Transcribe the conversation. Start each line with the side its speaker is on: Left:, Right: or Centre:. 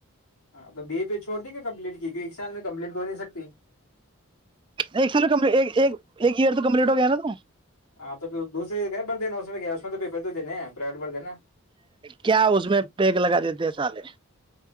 Left: ہاں تو بی اے پہ چھوڑ دی کے کمپلیٹ کی کی ایک سال میں کمپلیٹ تو ہو نہیں سکتی
Right: ایک سال ک ایک ایئر تو کمپلیٹ ہو گیا نا تو
Left: ہاں تو دوسرے بڑ دا اس کیا اس تو پیپر تو دینے ہیں پرائیویٹ بڑ د نا
Right: کیا اس میں پیک لگا دیتے ہیں سالے